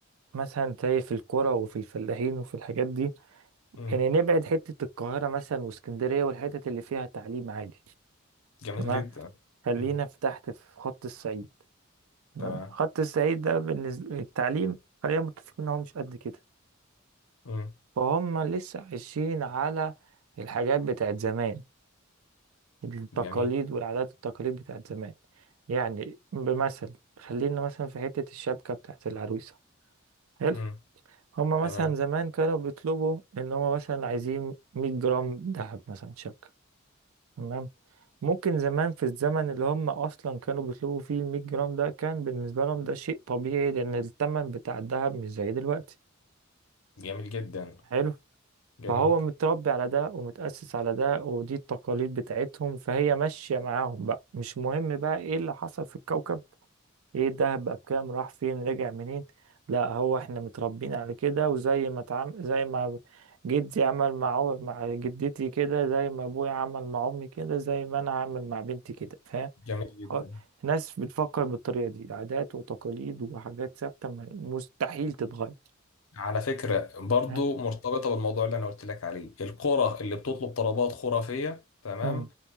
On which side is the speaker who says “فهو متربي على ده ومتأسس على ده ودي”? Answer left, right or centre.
Right